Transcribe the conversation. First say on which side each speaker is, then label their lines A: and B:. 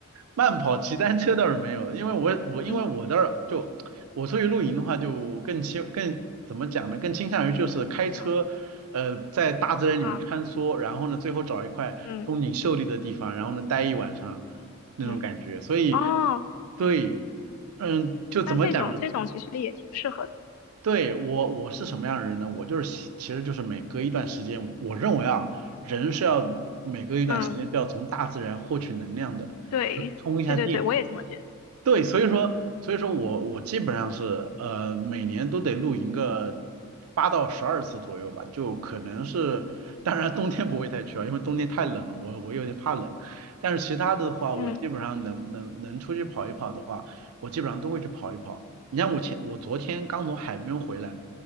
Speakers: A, on the right; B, on the left.
A: 慢跑、骑单车倒是没有，因为我我因为我倒是就我出去露营的话，
B: 嗯
A: 就更倾更怎么讲呢？更倾向于就是开车，
B: 啊
A: 呃，在大自然里面穿梭，
B: 啊
A: 然后呢，最后找一块风景秀丽的地方，
B: 嗯
A: 然后呢，待一晚上那种感觉。
B: 嗯
A: 所以，
B: 哦，
A: 对，嗯，就怎么讲呢？
B: 那这种这种其实也挺适合的。
A: 对我我是什么样的人呢？我就是喜其实就是每隔一段时间，我认为啊，人是要每隔一段时间就要从大自然获取能量的，
B: 嗯，对对对对，
A: 要充一下电。
B: 我也这么觉得。
A: 对，所以说，所以说我我基本上是呃每年都得露营个八到十二次左右吧，就可能是，当然冬天不会太去啊，因为冬天太冷了，我我有点怕冷。但是其他的话，我基本上能能能出去跑一跑的话，
B: 嗯。
A: 我基本上都会去跑一跑。你像我前我昨天刚从海边回来，